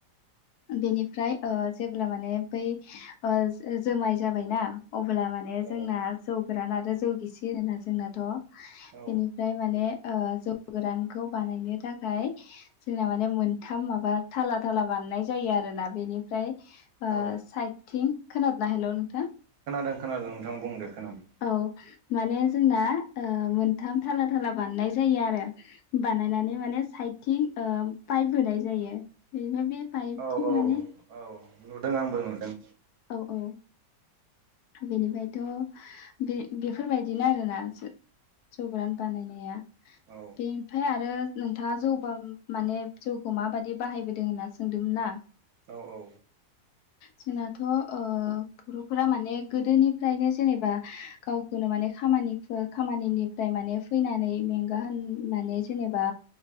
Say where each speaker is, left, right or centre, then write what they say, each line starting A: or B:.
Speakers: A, on the left; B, on the right.
A: बेनिफ्राय ओ जेब्ला माने बै ओ जो-जोमाय जाबायना अब्ला माने
B: औ
A: जोंना जौ गोरान आरो जौ गिसि होनोना जोंनाथ‌'
B: औ
A: बेनिफ्राय माने ओ जौ गोरानखौ बानायनो थाखाय जोंना माने मोनथाम माबा थाला थाला बानायनाय जायो आरोना बेनिफ्राय ओ
B: औ
A: साइदथिं, खोनादोंना हेल' नोंथां?
B: खोनादों खोनादों नोंथां बुंदो खोनादों।
A: औ माने जोंना ओ मोनथाम थाला थाला बानायनाय जायो आरो। बानायनानै माने साइदथिं ओ पाइप होनाय जायो। बेफ्राय बे पाइपथिं
B: औ औ
A: माने
B: औ नुदों आंबो नुदों।
A: औ औ। बेनिफ्रायथ बे बेफोरबायदिनो आरोना। जौ गोरान बानायनाया।
B: औ
A: बेनिफ्राय आरो नोंथाङा जौबा माने जौखौ माबायदि बाहायबोदों होनना सोंदोंमोन ना।
B: औ औ।
A: जोंनाथ' ओ बर'फोरा माने गोदोनिफ्रायनो जेनेबा गावखौनो माने खामानिफो खामानिनिफ्राय माने फैनानै मेंगा होननानै जेनेबा